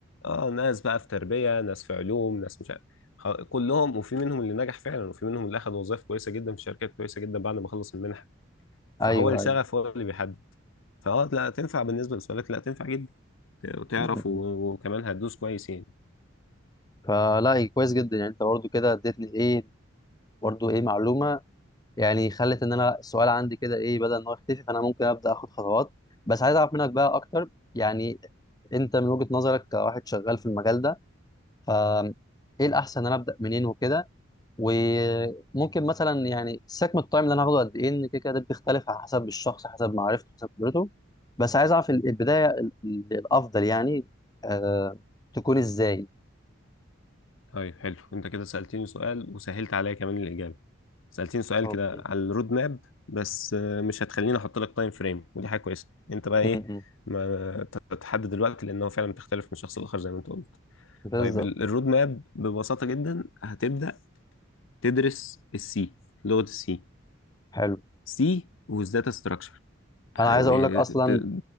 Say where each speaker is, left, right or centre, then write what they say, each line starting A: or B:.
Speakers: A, on the left; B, on the left.
A: آه، ناس بقى في تربيه ناس في علوم ناس مش عارف خ- كلهم وفي منهم اللي نجح فعلا وفي منهم اللي اخذ وظائف كويسه جدا في شركات كويسه جدا بعد ما خلص المنحه فهو
B: ايوه
A: الشغف
B: ايوه
A: هو اللي بيحدد فاه لا تنفع بالنسبه لسؤالك لا تنفع جدا ت- وتعرف
B: امم
A: و- وكمان هتدوس كويس يعني
B: فلا إيه، كويس جدا يعني انت برضو كده اديتني ايه برضو ايه معلومه يعني خلت ان انا السؤال عندي كده ايه بدل ان هو يختفي فانا ممكن ابدا اخد خطوات بس عايز اعرف منك بقى اكتر يعني انت من وجهه نظرك كواحد شغال في المجال ده ف ايه الاحسن ان انا ابدا منين وكده وممكن مثلا يعني سكم التايم اللي انا هاخده قد ايه ان كده كده ده بيختلف على حسب الشخص حسب معرفته حسب خبرته بس عايز اعرف ال- البدايه ال- ال- الافضل يعني آه تكون ازاي
A: طيب حلو انت كده سالتني سؤال وسهلت عليا كمان الاجابه سالتني سؤال
B: اوكي
A: كده على الرود ماب بس آه، مش هتخليني احط لك تايم فريم ودي حاجه كويسه انت بقى
B: م-
A: ايه
B: م.
A: ما ت- تحدد الوقت لانه فعلا بتختلف من شخص لاخر زي ما انت قلت
B: بالظبط
A: طيب ال- الرود ماب ببساطه جدا هتبدا تدرس السي لغه السي
B: حلو
A: سي والداتا ستراكشر
B: انا
A: يعني
B: عايز اقول لك اصلا
A: ت-